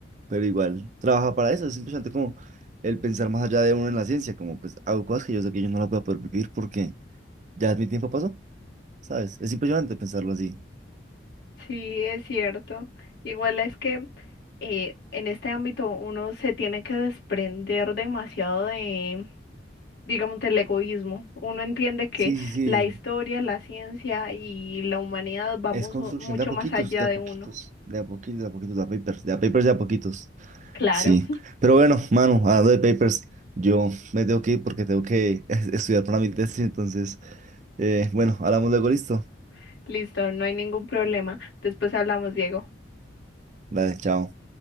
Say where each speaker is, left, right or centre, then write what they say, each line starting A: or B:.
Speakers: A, on the right; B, on the left.
A: pero igual trabaja para eso, es impresionante como el pensar más allá de uno en la ciencia, como pues hago cosas que yo sé que yo no las voy a poder vivir porque ya mi tiempo pasó, ¿sabes? Es impresionante pensarlo así.
B: Sí, es cierto. Igual es que eh, en este ámbito uno se tiene que desprender demasiado de, digamos, del egoísmo. Uno entiende que
A: Sí, sí, sí.
B: la historia, la ciencia y la humanidad vamos
A: Es construcción
B: o- mucho
A: de a poquitos,
B: más allá
A: de
B: de
A: a poquitos,
B: uno.
A: de a poquitos, de a poquitos, de a papers, de a papers, de a poquitos.
B: Claro,
A: Sí. Pero bueno, mano, hablando de papers, yo me tengo que ir porque tengo que <laughs> estudiar para mi tesis. Entonces, eh, bueno, hablamos luego, listo.
B: <laughs> listo, no hay ningún problema. Después hablamos, Diego.
A: Dale, chao.